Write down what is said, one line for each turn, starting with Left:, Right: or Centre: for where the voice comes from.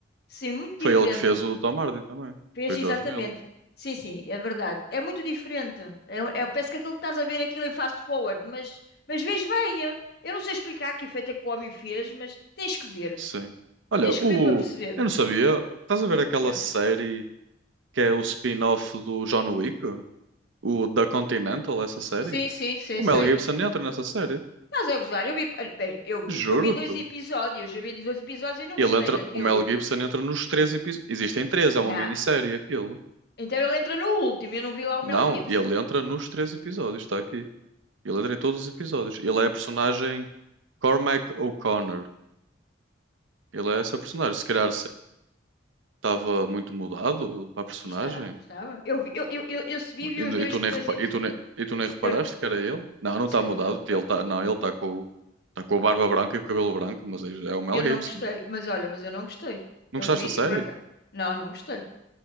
Left: Sim, muito diferente.
Right: Foi ele que fez o do Tom Hardy também.
Left: Fez
Right: Foi o
Left: exatamente.
Right: George Miller.
Left: Sim, sim, é verdade. É muito diferente. É, é- parece que aquilo que estás a ver aquilo em fast forward, mas, mas vês bem. é? Eu não sei explicar que efeito é que o homem fez, mas tens que ver.
Right: Sim. Olha,
Left: Tens
Right: o.
Left: que ver para perceber
Right: Eu não sabia. Estás a ver aquela
Left: o que é.
Right: série que é o spin-off do John Wick? O da Continental, essa série?
Left: Sim, sim, sei,
Right: O Mel
Left: sei.
Right: Gibson entra nessa série.
Left: Estás a gozar? Eu vi, olha, bem, eu vi.
Right: Juro-te.
Left: Eu vi dois episódios, eu vi dois episódios e não
Right: Ele
Left: gostei
Right: entra,
Left: daquilo.
Right: o Mel Gibson entra nos três episódios. Existem três, é
Left: Não.
Right: uma minissérie aquilo.
Left: Então ele entra no último, eu não vi lá o
Right: Não,
Left: Mel Gibson.
Right: ele entra nos três episódios, está aqui. Ele entra em todos os episódios. Ele é a personagem Cormac O'Connor. Ele é essa personagem. Se calhar estava muito mudado para a personagem.
Left: E Está, estava. Eu vi, eu, eu, eu, eu se vi, vi
Right: E,
Left: os dois
Right: e tu
Left: primeiros
Right: nem, repa-
Left: episódios.
Right: e, tu nem, e tu nem reparaste
Left: Eu,
Right: que era ele? Não, não
Left: se
Right: está
Left: calhar
Right: mudado.
Left: não reparo.
Right: Ele tá, não, ele está com, tá com a barba branca e o cabelo branco, mas é é o Mel
Left: Eu
Right: Gibson.
Left: não gostei, mas olha, mas eu não gostei.
Right: Não
Left: Eu
Right: gostaste
Left: vi
Right: da série?
Left: e por cá, Não, não gostei.